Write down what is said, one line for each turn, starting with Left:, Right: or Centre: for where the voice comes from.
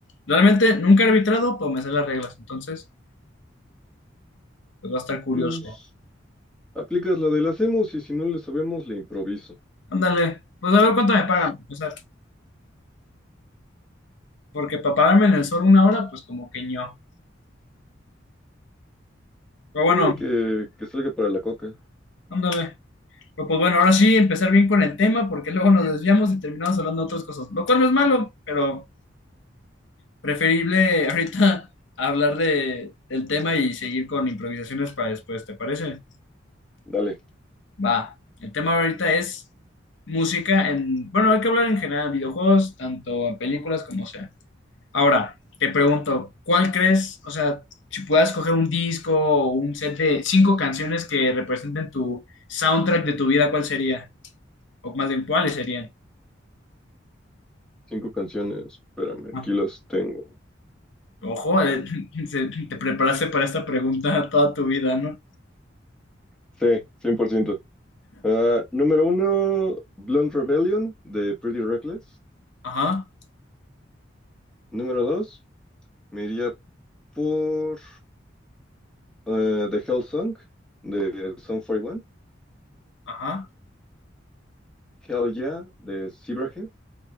Left: Realmente nunca he arbitrado, pero me sé las reglas, entonces, pues va a estar curioso.
Centre: Pues aplicas la de la hacemos y si no le sabemos, le improviso.
Left: Ándale, pues a ver cuánto me pagan, para empezar, porque para pararme en el sol una hora, pues como que ño. Pero bueno,
Centre: Ponle que, que salga para la coca.
Left: ándale. Pero, pues bueno, ahora sí, empezar bien con el tema, porque luego nos desviamos y terminamos hablando de otras cosas, lo cual no es malo, pero... Preferible ahorita <laughs> hablar de, del tema y seguir con improvisaciones para después, ¿te parece?
Centre: Dale,
Left: Va. El tema ahorita es música en, bueno, hay que hablar en general, videojuegos, tanto en películas como sea. Ahora, te pregunto, ¿cuál crees, o sea, si puedas coger un disco o un set de cinco canciones que representen tu soundtrack de tu vida, ¿cuál sería? O más bien, ¿cuáles serían?
Centre: cinco canciones. Espérame,
Left: Ah,
Centre: aquí las tengo.
Left: Ojo, eh, <laughs> se- te preparaste para esta pregunta <laughs> toda tu vida, ¿no?
Centre: Sí, 100%. Ah, número uno, Blunt Rebellion de Pretty Reckless.
Left: Ajá,
Centre: Número dos, me iría por eh, The Hell Song de Sum One.
Left: ajá.
Centre: Hell Yeah de Zebrahead.